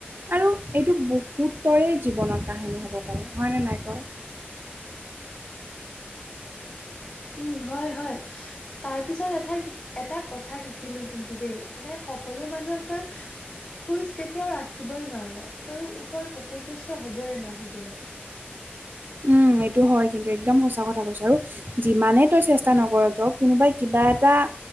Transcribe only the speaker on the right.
আৰু এইটো বহুতৰেই জীৱনত কাহিনী হ'ব পাৰে হয়নে নাই ক'।
উম, এইটো হয় কিন্তু একদম সঁচা কথা কৈছোঁ আৰু যিমানেই তই চেষ্টা নকৰ কিয় কোনোবাই কিবা এটা